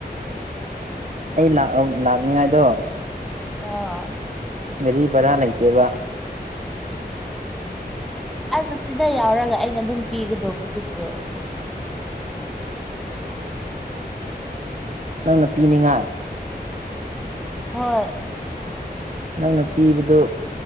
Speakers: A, on the right; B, in the centre.
A: ꯑꯩ ꯂꯥꯛ ꯂꯥꯛꯅꯤꯡꯉꯥꯏꯗꯣ
B: ꯑꯥ
A: ꯒꯥꯔꯤ ꯚꯔꯥ ꯂꯩꯇꯦꯕ
B: ꯑꯁ ꯁꯤꯗ ꯌꯥꯎꯔꯒ ꯑꯩꯅ ꯑꯗꯨꯝ ꯄꯤꯒꯗꯧꯕꯗꯨꯕꯨ <inaudible>
A: ꯅꯪꯅ ꯄꯤꯅꯤꯡꯉꯥꯏ
B: ꯍꯣꯏ
A: ꯅꯪꯅ ꯄꯤꯕꯗꯨ